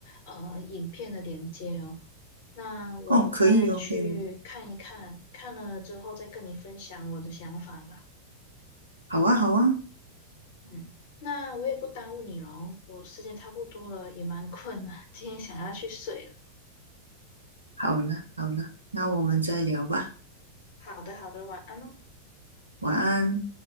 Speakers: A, on the left (about 55°); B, on the right (about 85°).
A: 呃影片的连接哦，那我再去看一看，
B: 哦，可以哦，可以哦
A: 看了之后再跟你分享我的想法吧。
B: 好啊，好啊，
A: 嗯，那我也不耽误你喽，我时间差不多了，也蛮困了，今天想要去睡了。
B: 好了，好了，那我们再聊吧，
A: 好的，好的，晚安哦。
B: 晚安。